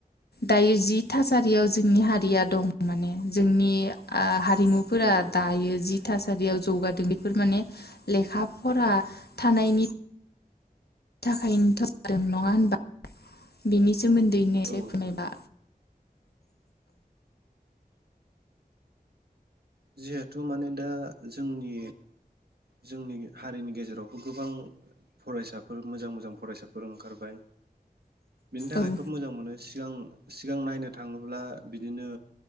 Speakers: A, on the left; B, on the right.
A: दायो जि थासारियाव जोंनि हारिया दं माने जोंनि आ हारि हारिमुफोरा
B: औ
A: दायो जिथास याव जौगादों बेफोर माने लेखा फरा थानायनि थाखायनोथ' जादों नङा होनबा? बिनि सोमोन्दैनोनि एसे
B: औ
A: फोरमायना
B: नंगौ जिहेथु माने दा जोंनि जोंनि हारिनि गेजेरावबो गोबां फरायसाफोर मोजां मोजां फरायसाफोर ओंखारबाय बिनि थाखाय
A: औ
B: खोब मोजां मोनो गां सिगां नायनो थाङोब्ला बिदिनो